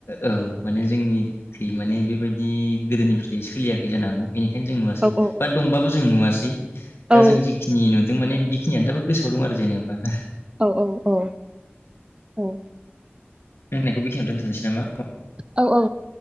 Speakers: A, on the left; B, on the right.
A: औ। माने जोंनिखै माने बेबायदि गोदोनिफ्राय सोलियाखै जानो हागौ बेनिखायनो जों नुवासै
B: औ औ
A: बा दंबाबो जों नुवासै दा
B: औ
A: जों जिखिनि नुदों माने खिनिआ दाबो गोसोआव दं आरो जेनेबा।
B: औ औ औ औ।
A: <unintelligible> खिनिआवनो दोनथनोसै ना औ
B: औ औ